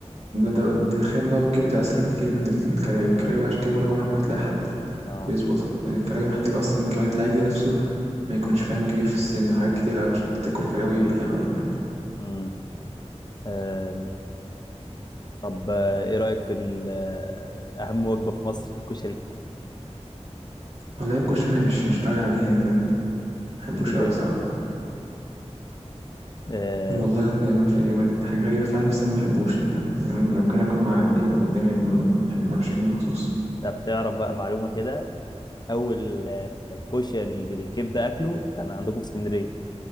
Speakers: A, on the right; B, on the left.
A: ده- دي الخبة والكبدة أسهل بكتير من الكلاوي الكلاوي عشان كده بقولك عمرك ما هتلاقي حد
B: اه
A: بيظبطها لأن الكلاوي محتاجة أصلا كمان العجل نفسه ما يكونش فاهم كبير في السن وحاجات كتير أوي عشان تاكل كلاوي حلوة يعني فاهم
B: امم آم، طب آه، ايه رأيك في ال- آه، اهم وجبة في مصر الكشري
A: والله الكشري أنا مش مش قوي عليه يعني فاهم مبحبوش
B: غريب
A: قوي
B: يعني
A: صراحة
B: آه،
A: والله يعني مش يعني حاجة غريبة فعلا بس أنا مبحبوش يعني فاهم يعني ممكن ممكن آكل معلقتين لو قدامي لكن ما بحب- ما بروحش أجيب مخصوص
B: ده بتعرف بقى معلومة كده اول آه، كشري بالكبدة اكله كان عندكم في اسكندرية